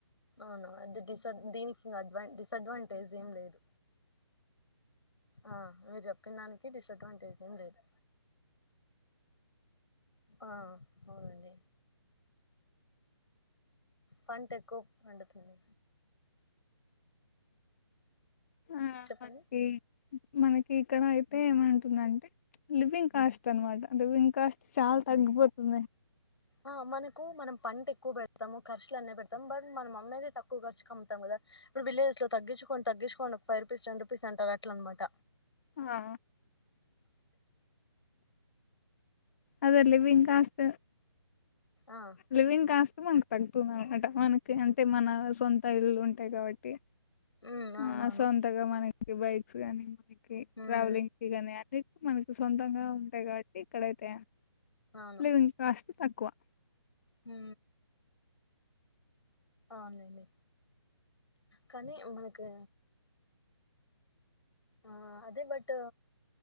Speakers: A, on the left (about 65°); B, on the left (about 30°).
A: అవునా అది డిస దీనికిం అవా డిసడ్వాంటేజ్ ఏం లేదు ఆ మీరు చెప్పిన దానికి డిసడ్వాంటేజ్ ఏ లేదు ఆ అవునండి పంట ఎక్కువ పండుతుంది
B: ఆ
A: చెప్పండి
B: మనకి మనకి ఇక్కడ అయితే ఏమంటుందంటే లివింగ్ కాస్ట్ అన్మాట లివింగ్ కాస్ట్ చాలా తగబతుంద
A: ఆ మనకు మనం పంట ఎక్కువ పెడతాము ఖర్చులు అన్న పెడతాం బట్ మనం అమ్మయిది తక్కువ ఖర్చు కమ్ముతాం కదా ఇప్పుడు విలేజ్స్ లో తగ్గుకోని తగ్ించుకోం ఫై్ రూపీస్ టెన్ రూపీస్ అంటారు అలా అనమాట
B: ఆ అదలీ బ ఇంకాస్త
A: ఆ
B: లివింగ్ కాస్త మనకు తగ్గుతుంది అనమాట మనకి అంటే మన సొంత ఇల్లు ఉంటాయి కాబట్టి
A: ఉమ్ అవునవును
B: ఆ సొంతగా మనకి బైక్స్ కాగాని మ
A: ఉమ్
B: ట్రావెలింగ్ కి కానీ అనే మనకి సొంతంగా ఉంటాయి కాట్ ఇక్కడ అైతే
A: ఉమ్ అవును
B: లివింగ్ కాస్ట్ తక్కువ
A: హ అవునండి కానీ మనకు ఆ అదే బట్